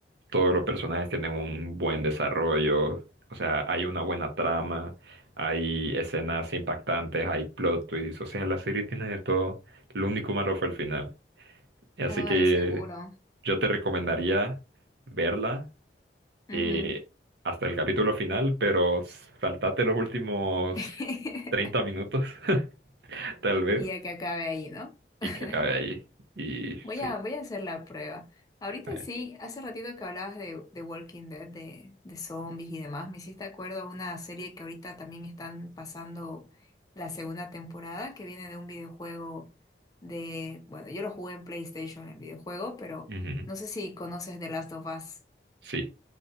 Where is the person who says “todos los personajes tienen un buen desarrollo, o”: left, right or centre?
Right